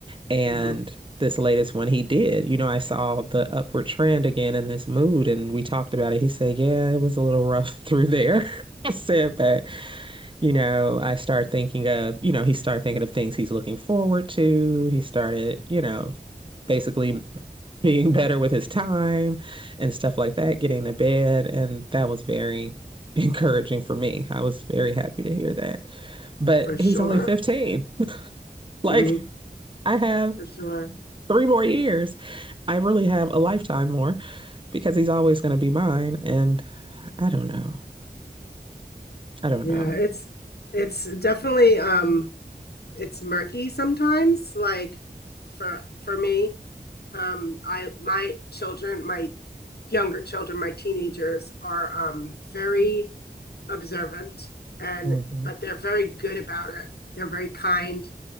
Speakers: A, on the right; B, on the left.
A: And
B: hmm
A: this latest one he did, you know, I saw the upward trend again in this mood and we talked about it. He said, yeah, it was a little rough through there. <laughs> I said, but you know, I start thinking of, you know, he started thinking of things he's looking forward to. He started, you know, basically being <laughs> better with his time and stuff like that, getting to bed. And that was very <laughs> encouraging for me. I was very happy to hear that. But
B: For sure.
A: he's only 15. <laughs> Like,
B: hmm
A: I have
B: For sure.
A: three more years. I really have a lifetime more because he's always going to be mine. And I don't know. I don't
B: Yeah,
A: know.
B: it's it's definitely um it's murky sometimes like f- for for me um I my children, my younger children, my teenagers are um very observant and
A: Mhm.
B: but they're very good about it. They're very kind.